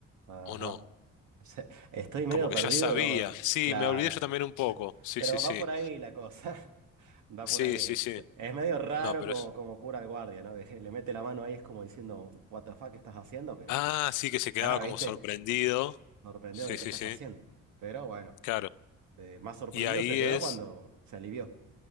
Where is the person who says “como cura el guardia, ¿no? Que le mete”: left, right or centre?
Right